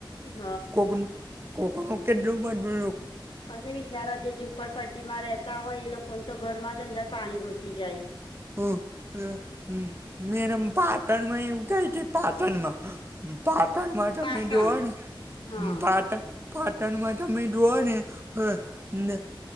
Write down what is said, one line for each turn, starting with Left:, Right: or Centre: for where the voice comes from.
Left: હ
Right: કોક કોકનું કેટલું બધૂ લો
Left: અને બિચારા જે ઝુંપડપટ્ટીમાં રહેતા હોય એ લોકોને તો ઘરમાં જ અંદર પાણી ઘૂસી જાય.
Right: હો હ હમ મેડમ પાટણ માં એવુંય થાય છે પાટણમાં. પાટણમાં જમીન
Left: પાટણ
Right: જોવાની
Left: હા
Right: હમ પાટણ. <inaudible> <inaudible> પાટણમાં જમીન જોવાની હ. <inaudible> <inaudible> ને